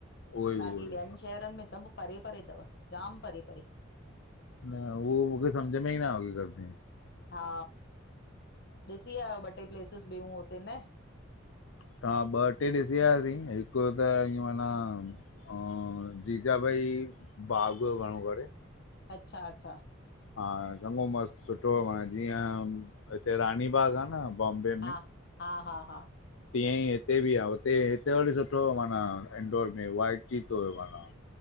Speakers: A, on the left (about 75°); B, on the left (about 55°).
A: उहो ई
B: बाक़ी
A: उहो
B: ॿियनि
A: ई
B: शहरनि में सभु परे- परे है थव, जाम परे परे।
A: न उहो मूंखे सम्झ में ई न आगी करती।
B: हा, ॾिसी आहियो ॿ टे प्लेसिस ॿियूं हुते न।
A: तां ॿ टे ॾिसी आयासीं हिकु त ईअं माना हुं जीजा बाई बाग हुयो घणो करे।
B: अच्छा- अच्छा।
A: हा चङो मस्तु सुठो माना जीअं, हिते रानी बाग आहे न। बॉम्बे
B: हा,
A: में
B: हा- हा, हा।
A: तीअं ई हिते बि आहे हुते हिते वरी सुठो माना इनडोर में वाइट चीतो हुयो माना।